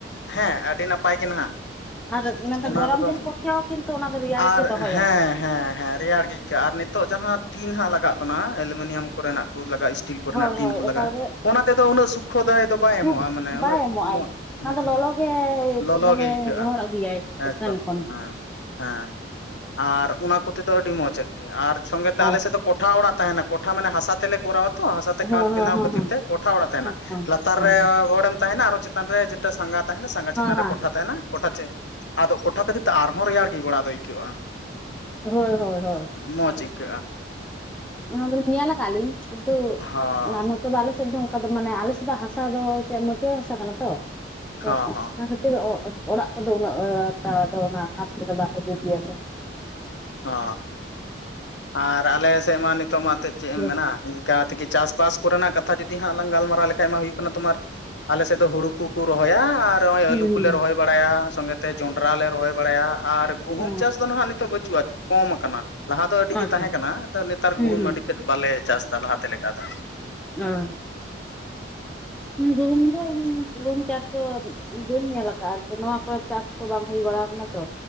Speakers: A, on the left; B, in the centre.
A: ᱦᱮᱸ ᱟᱹᱰᱤ ᱱᱟᱯᱟᱭ ᱜᱮ ᱱᱟᱦᱟᱜ᱾
B: ᱟᱨ ᱢᱮᱱᱫᱟ
A: ᱚᱱᱟ
B: ᱜᱚᱨᱚᱢ
A: ᱠᱚᱫᱚ
B: ᱫᱤᱱ ᱯᱚᱠᱠᱷᱮ ᱦᱚᱸ ᱠᱤᱱᱛᱩ ᱚᱱᱟ ᱫᱚ ᱨᱮᱭᱟᱨ
A: ᱟᱨ
B: ᱜᱮ ᱫᱚᱦᱚᱭᱟᱭ᱾
A: ᱦᱮᱸ ᱦᱮᱸ ᱦᱮᱸ ᱨᱮᱭᱟᱲ ᱜᱮ ᱤᱹᱭᱠᱟᱹᱜ-ᱟ ᱟᱨ ᱱᱤᱛᱚᱜ ᱡᱟᱦᱟᱸ ᱴᱤᱱ ᱦᱟᱜ ᱞᱟᱜᱟᱜ ᱠᱟᱱᱟ ᱮᱞᱳᱢᱤᱱᱤᱭᱟᱢ ᱠᱚᱨᱮᱱᱟᱜ ᱠᱩ ᱞᱟᱜᱟᱜ-ᱟ ᱤᱥᱴᱤᱞ ᱠᱚᱨᱮᱱᱟᱜ
B: ᱦᱳᱭ
A: ᱴᱤᱱ
B: ᱦᱳᱭ
A: ᱠᱩ
B: ᱮᱠᱟᱞ
A: ᱞᱟᱜᱟᱜ-ᱟ
B: ᱜᱮ
A: ᱚᱱᱟ ᱛᱮ ᱫᱚ ᱩᱱᱟᱹᱜ ᱥᱩᱠᱠᱷᱚ ᱫᱟᱭ ᱫᱚ ᱵᱟᱭ
B: ᱥᱩᱯ
A: ᱮᱢᱚᱜ-ᱟ ᱢᱟᱱᱮ
B: ᱵᱟᱭ
A: ᱩᱱᱟᱹᱜ
B: ᱮᱢᱚᱜᱼᱟᱭ
A: ᱢᱚᱸᱫ <unintelligible>
B: ᱚᱱᱟ ᱫᱚ ᱞᱚᱞᱚ ᱜᱮ
A: ᱞᱚᱞᱚᱜ
B: ᱫᱚᱢᱮ
A: ᱜᱮ ᱟᱹᱭᱠᱟᱹᱜ-ᱟ
B: ᱜᱚᱦᱚᱲ ᱟᱹᱜᱩᱭᱟᱭ ᱪᱮᱛᱟᱱ
A: ᱮᱠᱫᱚᱢ
B: ᱠᱷᱚᱱ
A: ᱦᱮᱸ᱾ ᱦᱮᱸ, ᱟᱨ ᱚᱱᱟ ᱠᱚ ᱛᱮ ᱫᱚ ᱟᱹᱰᱤ ᱢᱚᱡᱽ ᱮᱜ-ᱜᱮ ᱟᱨ ᱥᱚᱸᱜᱮ ᱛᱮ
B: ᱟᱨ
A: ᱟᱞᱮ ᱥᱮᱫ ᱫᱚ ᱠᱚᱴᱷᱟ ᱚᱲᱟᱜ ᱛᱟᱦᱮᱱᱟ ᱠᱚᱴᱷᱟ ᱢᱟᱱᱮ ᱦᱟᱥᱟ ᱛᱮᱞᱮ ᱠᱚᱨᱟᱣᱟᱛᱚ ᱦᱟᱥᱟ ᱛᱮ
B: ᱦᱚᱸ
A: ᱠᱟᱸᱛ
B: ᱦᱚᱸ
A: ᱵᱮᱱᱟᱣ
B: ᱦᱚᱸ
A: ᱠᱷᱟᱹᱛᱤᱨ
B: ᱦᱚᱸ
A: ᱛᱮ ᱠᱚᱴᱷᱟ ᱚᱲᱟ ᱛᱟᱦᱮᱱᱟ
B: ᱦᱚᱸ ᱦᱚᱸ
A: ᱞᱟᱛᱟᱨ
B: ᱦᱚᱸ
A: ᱨᱮ ᱦᱚᱲᱮᱢ ᱛᱟᱦᱮᱱᱟ ᱟᱨᱦᱚᱸ ᱪᱮᱛᱟᱱ ᱨᱮ ᱡᱮᱴᱟ ᱥᱟᱸᱜᱟ ᱛᱟᱦᱮᱱᱟ ᱥᱟᱸᱜᱟ ᱪᱮᱛᱟᱱ ᱨᱮ
B: ᱦᱚᱸ
A: ᱠᱴᱷᱟ ᱛᱟᱦᱮᱱᱟ ᱠᱚᱴᱷᱟ ᱪᱮᱜ ᱟᱫᱚ ᱠᱚᱴᱷᱟ ᱠᱷᱟᱹᱛᱤᱨ ᱛᱮ ᱟᱨᱦᱚᱸ ᱨᱮᱭᱟᱲ ᱜᱮ ᱚᱲᱟᱜ ᱫᱚ ᱟᱹᱭᱠᱟᱹᱜ-ᱟ
B: ᱦᱳᱭ ᱦᱳᱭ ᱦᱳᱭ
A: ᱢᱚᱸᱡᱽ ᱟᱹᱭ ᱠᱟᱹᱜ-ᱟ᱾
B: ᱚᱱᱟ ᱫᱚᱞᱤᱧ ᱧᱮᱞ ᱟᱠᱟᱜ-ᱟᱞᱤᱧ ᱠᱤᱱᱛᱩ
A: ᱦᱚᱸ
B: <unintelligible> ᱛᱚᱵᱮ ᱟᱞᱮ ᱥᱮᱫ ᱫᱚ ᱚᱝᱠᱟ ᱫᱚ ᱢᱟᱱᱮ ᱟᱞᱮ ᱥᱮᱫ ᱫᱚ ᱦᱟᱥᱟ ᱫᱚ ᱪᱮᱜ ᱢᱟᱹᱴᱭᱟᱹᱲ ᱦᱟᱥᱟ ᱠᱟᱱᱟ ᱛᱚ ᱟᱫᱚ
A: ᱦᱚᱸ ᱦᱚᱸ
B: ᱚᱱᱟ ᱠᱷᱟᱹᱛᱤ ᱛᱤᱨ ᱚᱸ ᱚᱲᱟᱜ ᱠᱚ ᱫᱚ ᱩᱱᱟᱹᱜ ᱠᱟ ᱫᱚ ᱚᱱᱟ ᱠᱟᱸᱫ ᱛᱮ ᱫᱚ ᱵᱟᱠᱚ ᱡᱩᱫ ᱜᱮᱭᱟ ᱠᱚ᱾
A: ᱦᱚ ᱟᱨ ᱟᱞᱮ ᱥᱮᱜ ᱢᱟ ᱱᱤᱛᱚᱜ ᱢᱟᱛᱚ ᱪᱮᱜ
B: ᱦᱩᱸ
A: ᱮᱢ ᱢᱮᱱᱟ ᱤᱧ ᱠᱟᱛᱮ ᱜᱮ ᱪᱟᱥ-ᱵᱟᱥ ᱠᱚᱨᱮ ᱱᱟᱜ ᱠᱟᱛᱷᱟ ᱡᱩᱫᱤ ᱦᱟᱸᱜ ᱞᱟᱝ ᱜᱟᱞᱢᱟᱨᱟᱣ ᱞᱮᱠᱷᱟᱡ ᱢᱟ ᱦᱩᱭᱩᱜ ᱠᱟᱱᱟ ᱛᱳᱢᱟᱨ ᱟᱞᱮ ᱥᱮᱫ ᱫᱚ ᱦᱩᱲᱩ ᱠᱩ ᱠᱩ ᱨᱚᱦᱚᱭᱟ ᱟᱨ ᱱᱚᱜ-ᱚᱭ
B: ᱦᱩᱸ
A: ᱟᱹᱞᱩ ᱠᱚ ᱞᱮ ᱨᱚᱦᱚᱭ ᱵᱟᱲᱟᱭᱟ ᱥᱚᱸᱜᱮ ᱛᱮ ᱡᱚᱸᱰᱨᱟ ᱞᱮ ᱨᱚᱦᱚᱭ ᱵᱟᱲᱟᱭᱟ ᱟᱨ ᱜᱩᱦᱩᱢ
B: ᱚ
A: ᱪᱟᱥ ᱫᱚ ᱱᱟᱦᱟᱜ ᱱᱤᱛᱚᱜ ᱪᱩᱜ-ᱟ ᱠᱚᱢ ᱠᱟᱱᱟ ᱞᱟᱦᱟ ᱫᱚ ᱟᱹᱰᱤ ᱜᱮ
B: ᱟᱪᱪᱷᱟ
A: ᱛᱟᱦᱮᱸ ᱠᱟᱱᱟ ᱟᱫᱚ ᱱᱮᱛᱟᱨ
B: ᱦᱩᱸ
A: ᱜᱩᱦᱩᱢ
B: ᱦᱩᱸ
A: ᱟᱹᱰᱤ ᱛᱮᱫ ᱵᱟᱞᱮ ᱪᱟᱥ ᱫᱟ ᱞᱟᱦᱟ ᱛᱮ ᱞᱮᱠᱟ ᱫᱚ᱾
B: ᱚ ᱜᱩᱦᱩᱢ ᱫᱚ ᱤᱧ ᱜᱩᱦᱩᱢ ᱪᱟᱥ ᱫᱚ ᱵᱟᱹᱧ ᱧᱮᱞ ᱟᱠᱟᱜ-ᱟ ᱟᱨᱠᱤ ᱱᱚᱣᱟ ᱴᱟᱪ ᱠᱚ ᱵᱟᱝ ᱦᱩᱭ ᱵᱟᱲᱟᱣ ᱠᱟᱱᱟ ᱛᱚ